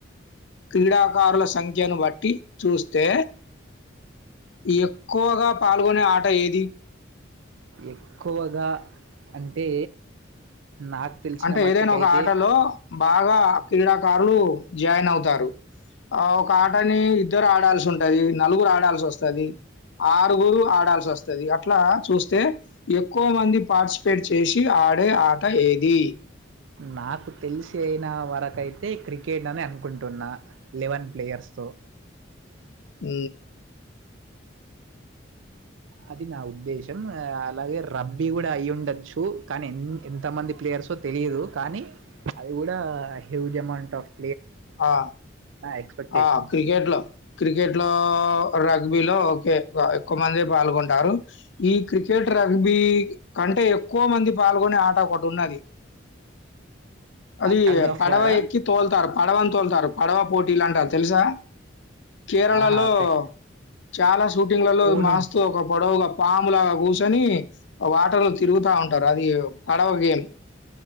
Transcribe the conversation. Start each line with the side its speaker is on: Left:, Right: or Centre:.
Left: క్రీడాకారుల సంఖ్యను బట్టి చూస్తే ఎక్కువగా పాల్గొనే ఆట ఏది
Right: ఎక్కువగా అంటే నాకు తెలిసిన
Left: అంటే
Right: మట్టుకైతే
Left: ఏదైనా ఒక ఆటలో బాగా క్రీడాకారులు జాయిన్ అవుతారు ఆ ఒక ఆటని ఇద్దరు ఆడాల్సి ఉంటది నలుగురు ఆడాల్సి వొస్తది ఆరుగురు ఆడాల్సివొస్తది అట్లా చూస్తే ఎక్కువ మంది పాటిస్పేట్ చేసి ఆడే ఆట ఏ ది
Right: నాకు తెలిసిన వరకయితే క్రికెట్ అని అనుకుంటున్నా లెవెన్ ప్లేయర్స్ తో
Left: ఊ
Right: అది నా ఉద్దేశం అలాగే రబ్బీ గూడా అయి ఉండచ్చు కానీ ఎంత మంది ప్లేయర్సో తెలియదు కానీ అది కూడా హ్యూజమన్ టఫ్
Left: అ
Right: ఎక్స్పెక్టేషన్స్
Left: అ క్రికెట్ లో క్రికెట్ లో ర గ్బీలో ఓకే ఎక్కువ మంది పాల్గొంటారు ఈ క్రికెట్ రగ్బీ కంటే ఎక్కువ మంది పాల్గొనే ఆట ఒకటి ఉన్నది అది
Right: టగ్ ఆఫ్
Left: పడవ
Right: వారా
Left: ఎక్కి తోల్తారు పడవన్ తోలుతారు పడవ పోటీలు అంటారు తెలుసా కేరళలో
Right: ఆహా అదే
Left: చాలా స్ షూటింగ్ లలో
Right: ఓనం
Left: మాస్తూ ఒక పొడవుగా పామ్ లాగా కూచొని వాటర్లు తిరుగుతా ఉంటారు అది పడవ గేమ్